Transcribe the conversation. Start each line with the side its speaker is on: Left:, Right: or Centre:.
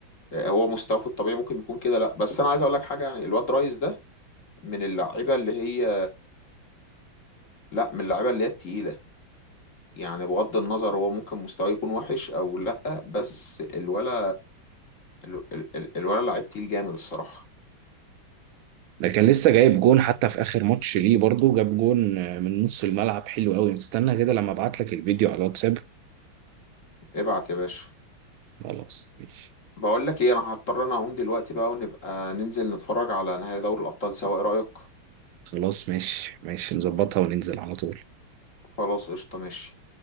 Left: هو مستواه في الطبيعي ممكن يكون كده لا بس انا عايز اقول لك حاجه يعني الواد رايز ده من اللعيبه اللي هي لا من اللعيبه اللي هي التقيله يعني بغض النظر هو ممكن مستواه يكون وحش او لا بس الولا ال- ال- الولا لعيب تقيل جامد الصراحه
Right: ده كان لسه جايب جون حتى في اخر ماتش ليه برضو جاب جون آه، من نص الملعب حلو قوي استنى كده لما ابعت لك الفيديو على الواتساب
Left: ابعت يا باشا
Right: خلاص ماشي
Left: بقول لك ايه انا هضطر انا اقوم دلوقتي بقى ونبقى ننزل نتفرج على نهائي دوري الابطال سوا ايه رايك
Right: خلاص ماشي ماشي نظبطها وننزل على طول
Left: خلاص قشطه ماشي